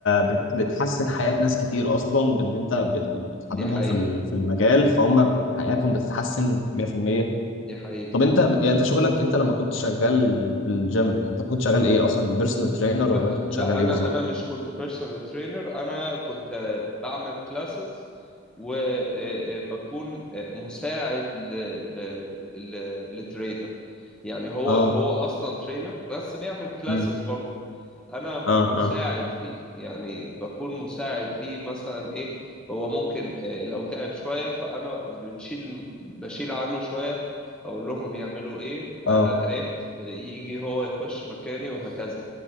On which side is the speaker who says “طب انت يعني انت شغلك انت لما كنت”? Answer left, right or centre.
Left